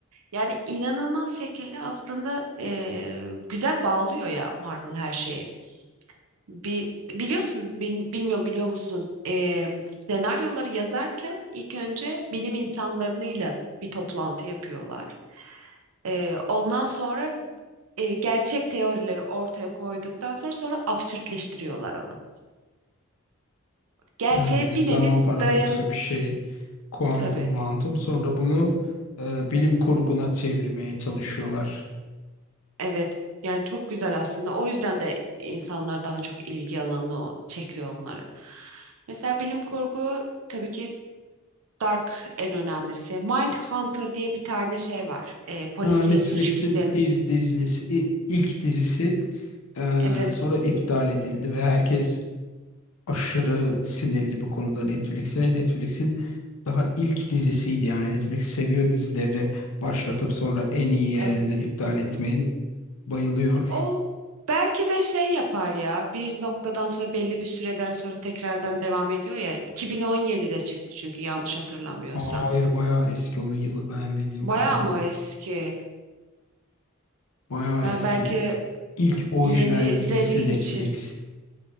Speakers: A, on the right; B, on the left.
A: Yani inanılmaz şekilde aslında e, güzel bağlıyor ya Marvel her şeyi. Bir, biliyorsun bil- bilmiyorum biliyor musun Ee, senaryoları yazarken ilk önce bilim insanlarıyla bir toplantı yapıyorlar. Ee, ondan sonra e, gerçek teorileri ortaya koyduktan sonra sonra absürtleştiriyorlar onu. Gerçeğe
B: Yani bir zaman
A: bir nevi
B: paradoksu
A: dayanıp
B: bir şey. Kuantum
A: tabii.
B: muantum. Sonra bunu e, bilim kurguna çevirmeye çalışıyorlar.
A: Evet. Yani çok güzel aslında. O yüzden de insanlar daha çok ilgi alanı o- çekiyor onları. Mesela bilim kurgu tabii ki Dark en önemlisi. Mindhunter diye bir tane şey var. E, polisiye
B: Ha, Netflix'in
A: suç gizemi.
B: iz dizisi, ilk dizisi ee,
A: Evet,
B: sonra iptal edildi ve herkes aşırı sinirli bir konuda Netflix'e. Netflix'in daha ilk dizisiydi yani Netflix seviyor dizileri başlatıp sonra en iyi yerinde
A: evet.
B: iptal etmeyi bayılıyor.
A: O belki de şey yapar ya. Bir noktadan sonra belli bir süreden sonra tekrardan devam ediyor ya. 2017'de çıktı çünkü yanlış hatırlamıyorsam.
B: Hayır bayağı eski onun yılı ben bildiğim
A: Bayağı
B: kadarıyla.
A: mı eski?
B: Bayağı
A: Ben
B: eski.
A: belki
B: İlk orijinal
A: yeni izlediğim
B: dizisi Netflix.
A: için